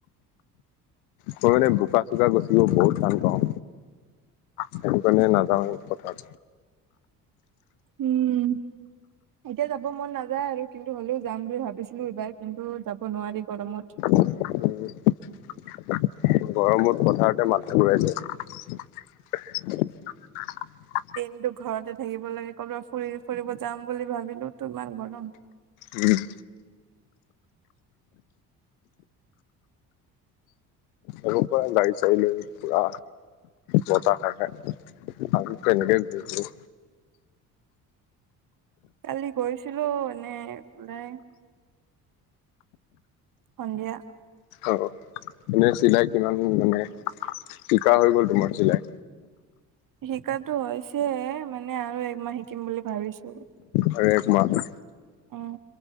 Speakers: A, on the left (about 65°); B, on the right (about 45°).
A: মই মানে বোকা-চোকা গুচকিব বহুত টান পাওঁ। সেই কাৰণে নাযাওঁ মই পথাৰ।
B: উম। এতিয়া যাব মন নাযায় আৰু কিন্তু হলেও যাম বুলি ভাবিছিলো এইবাৰ কিন্তু যাব নোৱাৰি গৰমত।
A: গৰমত পথাৰতে মাথা ঘূৰাই য়ায়। <inaudible>
B: দিনটো ঘৰতে থাকিব লাগে কৰবাত ফুৰি-ফুৰিব যাম বুলি ভাবিলো তো ইমান গৰম।
A: উম। আগৰ পৰা গাড়ী-চাড়ী লৈ পুৰা বতাহ খাই-খাই আমিতো এনেকে ঘূৰি ফুৰোঁ।
B: কালি গৈছিলো, এনেই ওলাই সন্ধীয়া।
A: অ', এনে চিলাই কিমান মানে শিকা হৈ গল তোমাৰ চিলাই?
B: শিকাটো হৈছে, মানে আৰু একমাহ শিকিম বুলি ভাবিছো।
A: আৰু এক মাহ,
B: উম